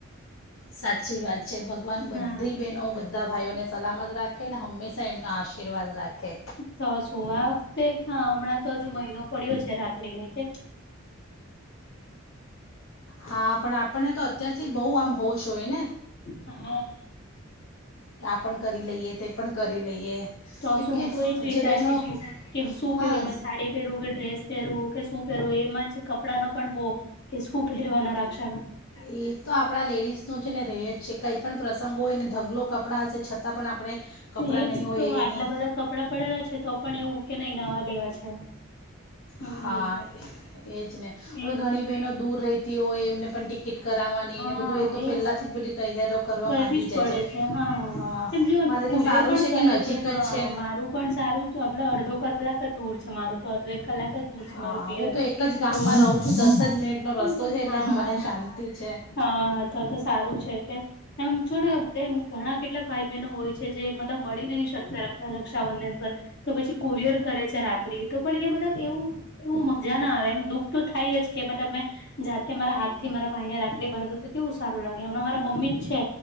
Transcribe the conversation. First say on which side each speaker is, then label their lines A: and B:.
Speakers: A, on the left (about 80°); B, on the left (about 55°).
A: સાચી વાત છે ભગવાન બધી
B: હા
A: બહેનો બધા ભાઈઓને સલામત રાખે અને હંમેશા એમના આશીર્વાદ રાખે.
B: તો શું આ વખતે હમણાં તો હજુ મહિનો પડ્યો છે રાખડીને કે
A: હા પણ આપણને તો અત્યારથી બહ આમ હોશ હોય ને
B: <unintelligible>
A: કે આ પણ કરી લઈએ તે પણ કરી લઈએ
B: તો
A: કેમકે
B: શું હું તો એ જ વિતારતી
A: જે બહેનો
B: છું કે શું
A: હા
B: પહેરું મેં સાડી પહેરવું કે ડ્રેસ પહેરવું કે શું પહેરવું એમ જ કપડા નો પણ બો કે શું પહેરવાના રક્ષા
A: એ એક તો આપણા લેડીઝ નો છે ને રે જ છે કઈ પણ પ્રસંગો હોયને ઢગલો કપડાં હશે છતાં પણ આપણે કપડાં
B: એજ
A: નહીં હોય
B: તો આટલા
A: એની
B: બધા કપડાં પડેલા છે તો પણ એવું કે નહી નવા લેવા છે. હમ
A: હા એજ ને હવે
B: એજ
A: ઘણી બહેનો દૂર રેતી હોય એમને પણ ટિકિટ કરાવવાની
B: હા
A: એને બધું એ તો
B: એજ
A: પહેલાથી જ બધી તૈયારીઓ કરવા
B: કરવી
A: માંડી
B: જ પડે
A: જાય છે
B: હા
A: હ
B: એમ જો એમ
A: મારે
B: કુરિયર
A: તો સારું
B: પણ
A: છે
B: કરે
A: કે નજીક
B: હા
A: જ છે.
B: મારું પણ સારું તો અડધો કલાક જ દૂર છે મારું તો અડધો એક કલાક જ દૂર છે
A: હા
B: મારું પિયર
A: હું તો એક જ ગામમાં
B: તો હ
A: રહું છું દસ જ મિનિટનો રસ્તો છે એટલે
B: હા
A: મને
B: હા
A: શાંતિ છે
B: હા તો તો સારું છે કે એમ છો ને એમ ઘણા કેટલા ભાઈ બહેનો હોય છે જે મતલબ મળી નહી શકતા રક્ષાબંધન પર તો પછી કુરિયર કરે છે રાખડી તો પણ એ મતલબ એવું એવું મજા ના આવે એમ દુઃખ તો થાય જ કે મતલબ મેં જાતે મારા હાથ થી મારા ભાઈને રાખ ડી બાંધુ તો કેવું સારું લાગે હમણાં મારા મમ્મી જ છે